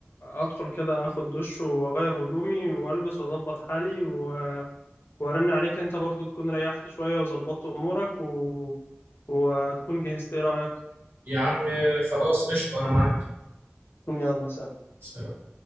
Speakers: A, on the left; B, on the right.
A: هدخل كده هاخد دش واغير هدومي والبس واظبط حالي و- وارن عليك انت برضو تكون ريحت شوية وظبطت امورك و... وتكون جهزت ايه رأيك
B: يا عم خلاص قشطه انا معاك
A: يلا سلام
B: سلام